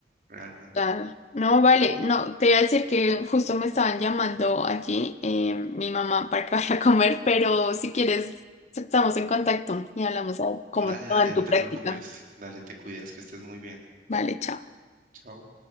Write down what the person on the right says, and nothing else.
realmente.
Dale,
dale,
no te
preocupes. Dale, te cuidas, que estés muy bien.
Chao.